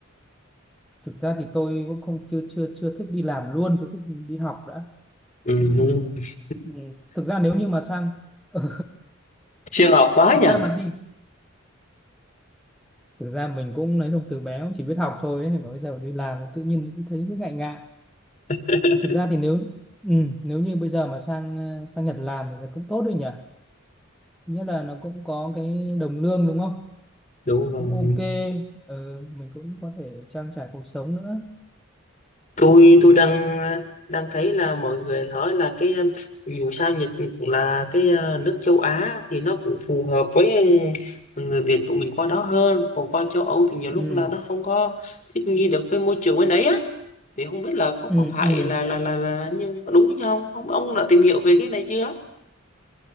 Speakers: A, in the centre; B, on the left.
A: thực ra thì tôi cũng không chưa chưa chưa thích đi làm luôn tôi thích đi học đã
B: ừ.
A: thế thì
B: <laughs>
A: ừ, thực ra nếu như mà sang <laughs> ừ,
B: siêng học quá
A: thực
B: nhỉ
A: ra mà đi thực ra mình cũng nói chung từ bé cũng chỉ biết học thôi ấy, mà bây giờ đi làm tự nhiên cũng thấy cứ ngại ngại
B: <laughs>
A: thực ra thì nếu ừ, nếu như bây giờ mà sang ờ, sang Nhật làm thì cũng tốt đấy nhỉ nghĩa là nó cũng có cái đồng lương đúng không
B: đúng rồi
A: cũng ok ừ, mình cũng có thể trang trải cuộc sống nữa
B: tôi
A: ừ,
B: tôi đang đang thấy là mọi người nói là cái um, dù sao Nhật là cái uh, nước châu Á thì nó cũng phù hợp với um, người Việt của mình qua đó hơn còn qua châu Âu thì nhiều lúc
A: ừ,
B: là nó không có thích nghi được với môi trường bên đấy á thì không biết là có,
A: ừ,
B: có phải
A: ừ.
B: là là là, là như, đúng chứ không ông ông đã tìm hiểu về cái này chưa